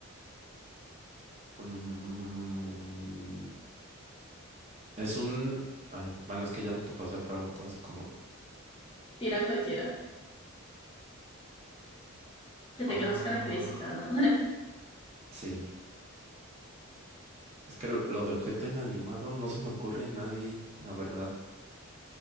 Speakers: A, on the right; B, on the left.
A: Mm, es un. Ay, bueno, es que ya no te puedo hacer preguntas como.
B: Tira a cualquiera, que
A: Ah,
B: tenga esas características, ¿no?
A: sí. Es que lo lo de objeto inanimado no se me ocurre a nadie, la verdad.